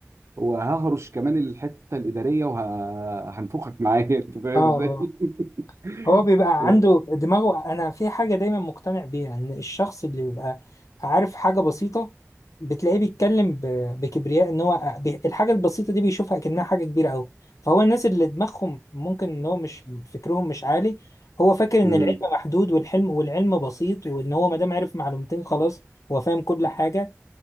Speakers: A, on the right; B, on the left.
A: وههرش كمان الحته الاداريه وهنفخك معايا <laughs> انت فاهم
B: اه
A: ازاي؟
B: اه
A: <laughs>
B: هو بيبقى
A: و-
B: عنده دماغه انا في حاجه دايما مقتنع بيها ان الشخص اللي بيبقى عارف حاجه بسيطه بتلاقيه بيتكلم ب- بكبرياء ان هو بي- الحاجه البسيطه دي بيشوفها كأنها حاجه كبيره قوي فهو الناس اللي دماغهم ممكن ان هو مش فكرهم مش عالي هو فاكر ان
A: مم.
B: العلم محدود والحلم والعلم بسيط وان هو ما دام عرف معلومتين خلاص هو فاهم كل حاجه